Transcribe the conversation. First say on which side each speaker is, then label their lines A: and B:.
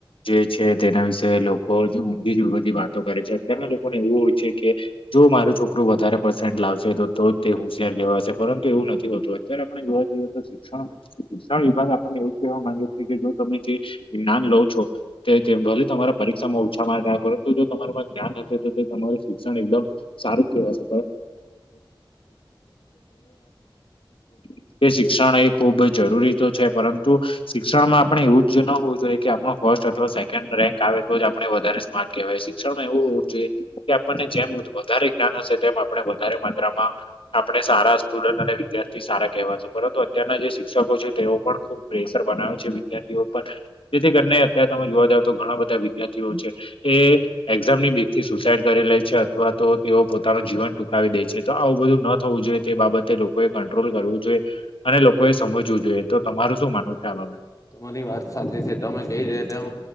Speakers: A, on the left; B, on the left.
A: જે છે તેના વિશે લોકો જ ઊંધી બધી વાતો કરે છે. અત્યારના લોકોને એવું હોય છે કે જો મારું છોકરું વધારે પર્સેન્ટ લાવશે તો જ તે હોશિયાર કેવા શે પરંતુ એવું નથી હોતું. અત્યારે આપણે જોવા જઈએ તો શિક્ષણ શિક્ષણ વિભાગ આપણને એવું જ કહેવા માંગે છે કે જો તમે જે જ્ઞાન લો છો. તે ભલે તમારા પરીક્ષામાં ઓછા માર્ગ આવ્યા પર તો જો તમાર મા જ્ઞાન હશે તો તે તમારુ શિક્ષણ એકદમ સારું કેવા સે <unintelligible> કે શિક્ષણ એ ખુબ જરૂરી છે પરંતુ શિક્ષણ માં આપણે એવું જ ન હોવું જોઈએ કે આપણ ફર્સ્ટ અથવા સેકન્ડ રેન્ક આવે તો જ આપડણે વધારે સ્માર્ટ કહેવાય શિક્ષણમાં એવું હોવું જોઈએ કે મને જેમ વધારે જ્ઞાન હશે તેમ આપણે વધારે માત્રામાં આપણે સારા સ્ટુડન્ટ અને વિદ્યાર્થી સારા કહેવા છ પરંતુ અત્યારના જે શિક્ષકો છે ઉપર ખુબ પ્રેેશર બનાવે છે વિદ્યાર્થીઓ પર જેથી કરીને અત્યારે તમે જોવા જાવ તો ઘણા બધા વિદ્યાર્થીઓ છે એ એક્ઝામ ની બીક થી સુસાઈડ કરીે લે છે અથવા તો તેઓ પોતાનું જીવન ટૂકાવી દે છે તો આવું બધું ન થવું જોઈએ તે બાબતે લોકોએ કંટ્રોલ કરવું જોઈએ અને લોકો એ સમજવું જોઈએ તો તમારું શું માનવું છે આ બાબત
B: તમારી વાત સાચી છે તમે કહી રે તેમ